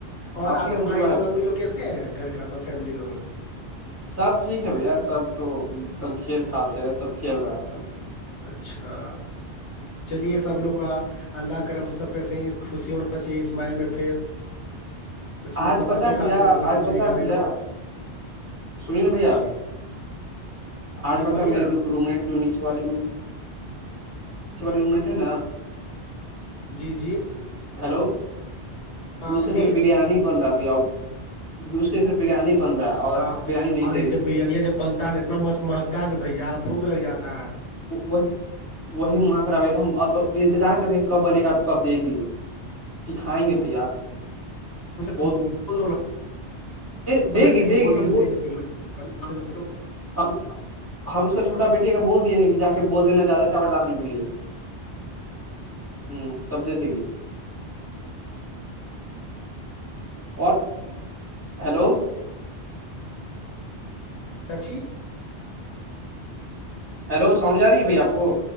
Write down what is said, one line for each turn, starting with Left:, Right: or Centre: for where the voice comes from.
Right: حافی
Left: اور آپ
Right: کا تو
Left: بھائی
Right: دعا
Left: لوگ
Right: ہے بھیا
Left: امی لوگ کیسے ہیں گھر کا سب فیملی لوگ
Right: سب ٹھیک ہے بھیا سب تو ایک دم کھیل خل سے ہے سب کھیل رہا ہے آج کل
Left: اچھا چلیے سب لوگ کا اللہ کرم سب کی صح خوشی ہونا چاہیے اسمائل میں فیس بس مطلب
Right: آج پتا
Left: اچھے خاصے
Right: بھیا
Left: مطلب
Right: آج
Left: خوشی
Right: پتا
Left: گھر والے
Right: بھیا
Left: لوگ
Right: سنی نا بھیا
Left: جی
Right: آج
Left: جی
Right: پتتا
Left: بولیے
Right: میرے
Left: نا
Right: ڈ روم میٹ جو نیچے والی روم میٹ ہے نا
Left: جی جی
Right: ہیلو
Left: ہاں
Right: اس کے
Left: پھر
Right: گھر بریانی بن رہا ہے بھائی ا اس کے گھر بریانی بن رہا ہے اور
Left: اور
Right: بریانی نہیں
Left: یہ
Right: دے رہی
Left: جب
Right: بھیا
Left: بریانیاں جب بنتا ہے نا اتنا مست مہگتا ہے نا بھ ار بھوک لگ جاتا ہے
Right: وہی وہی مہک رہا ہے تو ہم اب انتظار کر رہیںے ہیں کب بنے گا تو کب دے گی کہ کھائیں گے بھیا بہت
Left: ت بول دو
Right: بھوک دے
Left: پہلے
Right: گی دے
Left: یہ بول
Right: گی ہم
Left: دی کہ د
Right: ہم ہم اس کا چوا بیٹی اگر بول دیے ہیںے جا کے بول دینا زیادہ چاول ڈال لیں کے لیے ہ تب دے دے گی اور ہیلو
Left: پچ
Right: ہیلو اواز جا رہی ہے بھائی آپ کو